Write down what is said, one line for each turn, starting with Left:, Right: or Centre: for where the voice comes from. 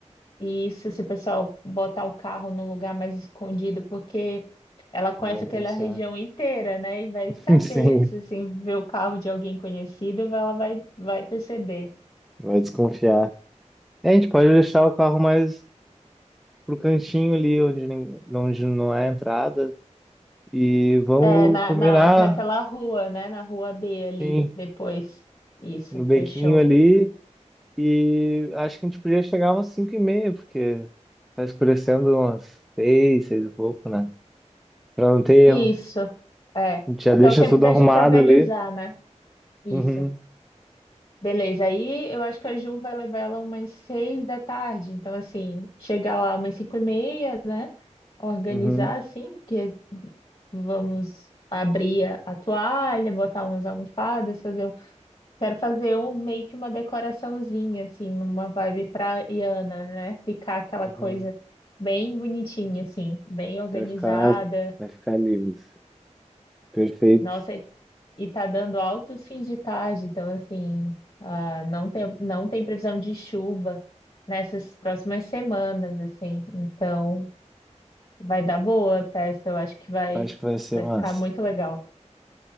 Left: e isso, se o pessoal botar o carro no lugar mais escondido, porque ela conhece
Centre: Vamos
Left: aquela
Centre: pensar.
Left: região inteira, né? E vai
Centre: <laughs>
Left: saber,
Centre: Sim,
Left: se assim, ver o carro de alguém conhecido, ela vai, vai perceber.
Centre: vai desconfiar. É, a gente pode deixar o carro mais pro cantinho ali, onde, nin- onde não é a entrada. E vamos
Left: É, na,
Centre: combinar,
Left: na, naquela rua, né? Na rua B ali,
Centre: sim,
Left: depois. Isso,
Centre: no bequinho
Left: fechou.
Centre: ali. E acho que a gente podia chegar umas 5 e meia, porque tá escurecendo umas 6, 6 e pouco, né? Pra não ter erro.
Left: Isso, é.
Centre: A gente já deixa
Left: Que é o tempo
Centre: tudo
Left: da
Centre: arrumado
Left: gente organizar,
Centre: ali.
Left: né? Isso.
Centre: Uhum,
Left: Beleza, aí eu acho que a Ju vai levar ela umas seis da tarde. Então, assim, chegar lá umas cinco e meia, né? organizar
Centre: uhum,
Left: assim, porque vamos abrir a, a toalha, botar umas almofadas, fazer um. Quero fazer um meio que uma decoraçãozinha, assim, numa vibe praiana, né? Ficar aquela
Centre: uhum.
Left: coisa bem bonitinha, assim, bem organizada.
Centre: Vai ficar, vai ficar lindo. Perfeito.
Left: Nossa, e e tá dando altos fins de tarde, então assim, ah, não tem, não tem previsão de chuva nessas próximas semanas, assim. Então, vai dar boa a festa, eu acho que vai,
Centre: Acho que vai ser
Left: vai
Centre: massa.
Left: ficar muito legal.